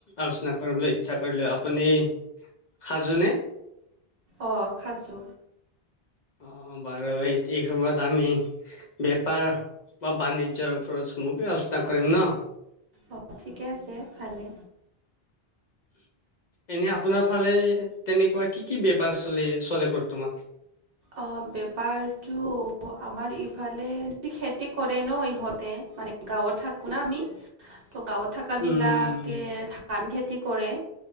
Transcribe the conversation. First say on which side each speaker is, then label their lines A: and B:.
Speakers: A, on the left (about 55°); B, on the right (about 65°).
A: আলোচনা কৰিবলৈ ইচ্ছা কৰিলোঁ, আপুনি সাজুনে?
B: অ', খাজু।
A: অ', বাৰু এইটি সময়ত আমি বেপাৰ বা বাণিজ্যৰ ওপৰত চমুকে আলোচনা কৰিম ন?
B: অ', ঠিকে আছে ভালে।
A: এনে আপোনাৰ ফালে তেনেকুৱা কি-কি বেপাৰ চলে-চলে বৰ্তমান?
B: অ', বেপাৰটো আমাৰ ইফালে খেতি কৰে ন ইহঁতে? মানে গাঁৱত থাকোঁ না আমি, ত' গাঁৱত থাকাবিলাকে
A: উম, উম, উম,
B: ধান খেতি কৰে।